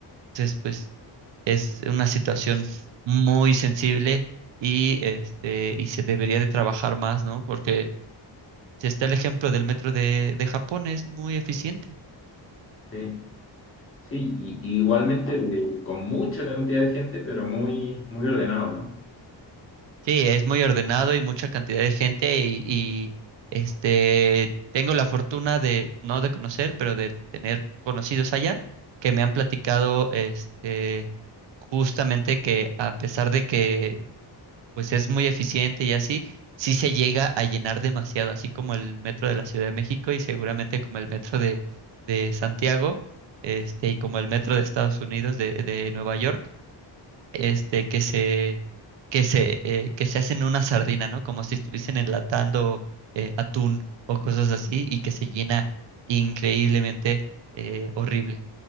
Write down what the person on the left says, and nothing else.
sí. Sí, y, y igualmente de- con mucha cantidad de gente, pero muy, muy ordenado, ¿no?